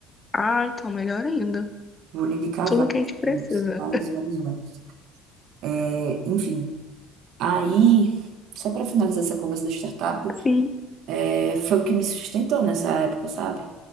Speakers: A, on the left (about 15°); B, on the right (about 60°).
A: Ah, então melhor ainda.
B: Vou lhe indicar
A: Tudo
B: vários,
A: que a gente precisa.
B: vários, vários, vários. É, enfim, aí, só para finalizar essa conversa da startup,
A: Sim.
B: é, foi o que me sustentou nessa época, sabe?